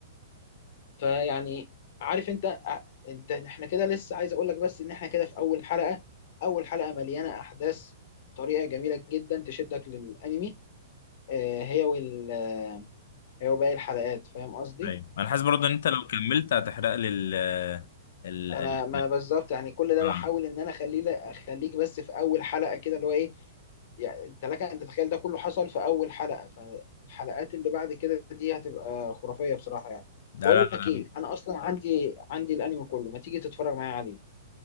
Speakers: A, on the left; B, on the left.
A: فيعني عارف انت آه، انت احنا كده لسه عايز اقول لك بس ان احنا كده في اول حلقة اول حلقة مليانة احداث بطريقة جميلة جدا تشدك للانمي آه، هي وال آه، هي وباقي الحلقات فاهم قصدي
B: ايوه انا حاسس برضه ان انت لو كملت هتحرق لي ال ال ال-
A: انا ما انا بالظبط يعني كل ده
B: آه.
A: بحاول ان انا اخليه اخليك بس في اول حلقة كده اللي هو ايه يعني انت لك ان تتخيل ده كله حصل في اول حلقة فالحلقات اللي بعد كده دي هتبقى خرافية بصراحة يعني
B: لا
A: بقول
B: لا
A: لك ايه
B: لا.
A: انا اصلا عندي عندي الانمي كله ما تيجي تتفرج معايا عليه